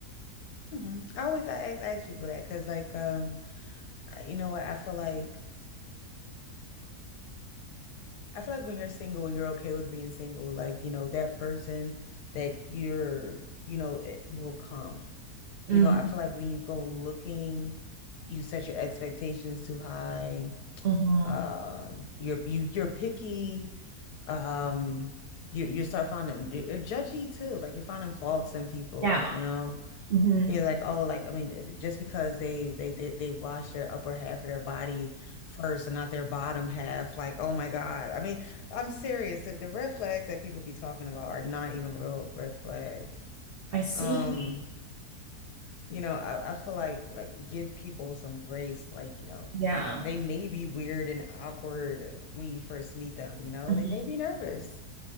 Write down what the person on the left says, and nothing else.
Mm-hmm. I always I ask, I ask people that because like um I- you know what I feel like I feel like when you're single and you're okay with being single like you know that person that you're you know it will come you
know I feel like when you go looking you set your expectations too high
Um, you're you you're picky. Um, you you start finding you're judgy too. Like you're finding faults in people,
you know.
You're like, oh, like I mean, just because they they they, they wash their upper half of their body first and not their bottom half, like, oh my God. I mean, I'm serious. The, the red flags that people be talking about are not even real red flags.
Um, you know, I, I feel like like give people some grace, like, you know,
they may be weird and awkward when you first meet them, you know,
they may be nervous.